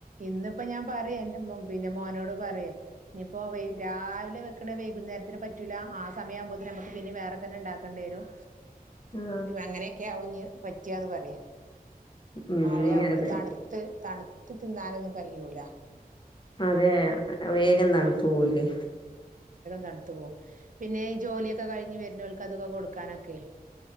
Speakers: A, on the right; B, on the left.
A: ഇന്നിപ്പോ ഞാൻ പറയേ എന്റെ മോ പിന്നെ മോനോട് പറയെ ഇനിയിപ്പോ വൈ രാവിലെ വെക്കണേ വൈകുന്നേരത്തിന് പറ്റൂല ആ സമയാവുമ്പോത്തിന് നമുക്ക് പിന്നെ വേറെതന്നെ ഉണ്ടാക്കേണ്ടി വരും
B: ആ
A: അങ്ങനെയൊക്കെയാവുംഞ്ഞ് പറ്റ്ആന്ന് പറയാ
B: ഉം
A: മഴയാവുമ്പൊള്
B: അതെ
A: തണുത്ത് തണുത്ത് തിന്നാനൊന്നും കഴിയൂല
B: അതെ വേഗം തണ്ത്ത് പോവൂലെ
A: തണുത്ത്പോവും പിന്നെ ഈ ജോലിയൊക്കെ കഴിഞ്ഞ് വര്നോൽക്ക് അതൊക്കെ കൊടുക്കാനൊക്കെയെ